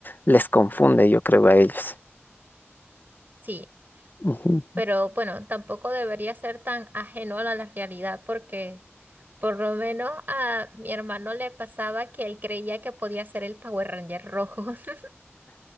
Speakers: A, on the left; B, on the right.
A: les confunde, yo creo, a ellos.
B: sí.
A: Ujú.
B: Pero bueno, tampoco debería ser tan ajeno a la realidad porque por lo menos a mi hermano le pasaba que él creía que podía ser el Power Ranger rojo. <laughs>